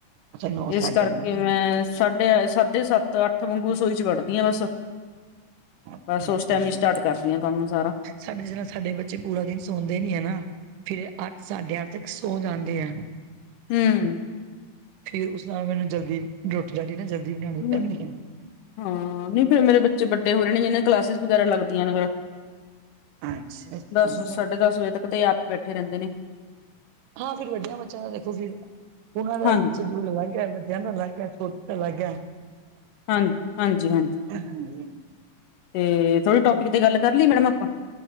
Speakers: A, on the right; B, on the left.
A: ਅੱਛਾ ਨੌ ਸਾਢੇ
B: ਇਸ ਕਰਕੇ
A: ਨੌ
B: ਮੈਂ ਸਾਢੇ ਸਾਢੇ ਸੱਤ ਅੱਠ। ਅਠ ਵਾਂਗੂ ਰਸੋਈ ਚ ਵੜਦੀ ਆ ਬਸ-ਬਸ
A: ਅੱਛਾ
B: ਓਸ
A: ਅੱਛਾ
B: ਟਾਈਮ ਈ ਸਟਾਰਟ ਕਰਦੀ ਆ ਕੰਮ ਸਾਰਾ।
A: ਸਾਡੇ ਜਿਾਂ ਸਾਡੇ ਬੱਚੇ ਪੂਰਾ ਦਿਨ ਸੌਂਦੇ ਨੀ ਹੈ ਨਾ ਫੇਰ ਅੱਠ ਸਾਢੇ ਅੱਠ ਤੱਕ ਸੌ ਜਾਂਦੇ ਆ
B: ਹਮ।
A: ਫੇਰ ਉਸ ਨਾਲ ਮੈਨੂੰ ਜਲਦੀ ਰੋਟੀ ਲਾਟੀ ਨਾ ਜਲਦੀ ਬਣਾਉਣੀਦੀ।
B: ਨ ਹਾਂ ਨਹੀਂ ਫੇਰ ਮੇਰੇ ਬੱਚੇ ਵੱਡੇ ਹੋ ਰਹੇ ਨੇ। ਜਿੇਨ ਕਲਾਸਿਸ ਵਗੈਰਾ ਲੱਗਦੀਆਂ ਨੇ। ਫਿਰ
A: ਅੱਛਾ ਅੱਛਾ
B: ਦਸ ਸਾਢੇ ਦਸ ਵਜੇ ਤੱਕ ਤੇ ਏ ਆਪ ਹੀ ਬੈਠੇ ਰੈਂਦੇ ਨੇ।
A: ਹਾਂ ਫਿਰ ਵੱਡਿਆਂ ਬੱਚਿਆਂ ਦਾ ਦੇਖੋ ਫਿਰ ਉਹਨਾਂ ਦਾ।
B: ਹਾਂਜੀ
A: ਲੱਗ ਵਧੀਆ ਨਾਂ ਲੱਗ ਛੋਟ ਲੱਗ।
B: ਹਾਂ ਹਾਂਜੀ - ਹਾਂਜੀ।
A: ਹਮ।
B: ਤੇ ਥੋੜ੍ਹੀ ਟੋਪਿਕ ਤੇ ਗੱਲ ਕਰ ਲਈ। ਮੈਡਮ ਆਪਾਂ?